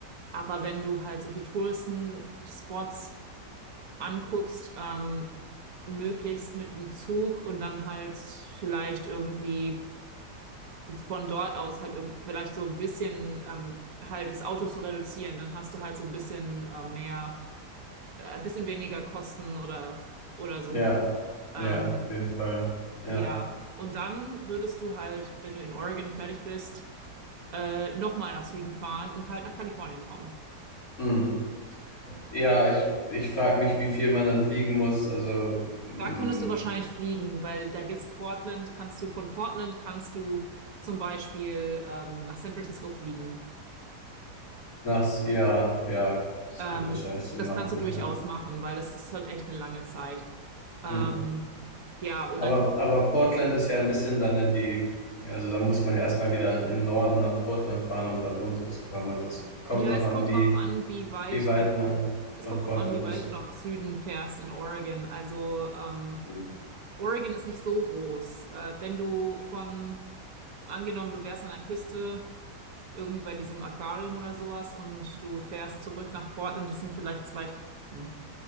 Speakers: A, on the right; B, on the left.
A: Aber wenn du halt solche Touristenspots anguckst, ähm, möglichst mit dem Zug und dann halt vielleicht irgendwie von dort aus halt irgend vielleicht so ein bisschen ähm, halt das Auto zu reduzieren. Dann hast du halt so ein bisschen äh, mehr, äh, ein bisschen weniger Kosten oder oder so.
B: Ja,
A: Ähm,
B: ja, auf jeden Fall. Ja,
A: ja, und dann würdest du halt, wenn du in Oregon fertig bist, äh, nochmal nach Süden fahren und halt nach Kalifornien kommen.
B: hm. Ja, ich, ich frage mich, wie viel man dann fliegen muss. Also, hm,
A: Da könntest du wahrscheinlich fliegen, weil da gibt's Portland, kannst du von Portland kannst du zum Beispiel ähm, nach San Francisco fliegen.
B: nachts, ja, ja, das
A: Ähm,
B: wird wahrscheinlich Sinn
A: das
B: machen.
A: kannst du durchaus
B: Ja.
A: machen, weil das ist schon echt eine lange Zeit. Ähm,
B: Hm.
A: ja, und
B: Aber,
A: dann,
B: aber Portland ist ja ein bisschen dann in die, also da muss man ja erstmal wieder in den Norden nach Portland fahren, um dann runterzukommen. Also, es kommt
A: ja,
B: drauf
A: es
B: an,
A: kommt
B: wie,
A: drauf an, wie weit
B: wie weit
A: du,
B: man von
A: es kommt
B: Portland
A: drauf an, wie weit
B: ist.
A: du nach Süden fährst in Oregon. Also, ähm,
B: Hm.
A: Oregon ist nicht so groß. Äh, wenn du von, angenommen, du wärst an der Küste irgendwie bei diesem Aquarium oder sowas und du fährst zurück nach Portland. Das sind vielleicht zwei, drei Stunden.